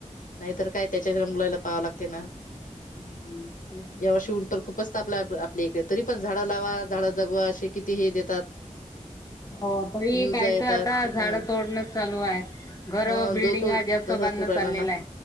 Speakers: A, on the left; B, on the left.
A: नाहीतर काय त्याच्या मुलाला पाहावं लागते ना
B: हम्म तेच
A: यावर्षी उन तर खूप जास्त आपल्या इकडे तरी पण झाडं लावा झाडं जगवा असे किती हे देतात.
B: हो तरी
A: न्यूजा
B: काहीच
A: येतात
B: आता झाड
A: ह
B: तोडणं चालू आहेत. घर
A: ह
B: व बिल्डिंग
A: जो तो
B: जास्त
A: तसच
B: बांधणं
A: करू राहिला
B: चाललेलं
A: ना
B: आहे.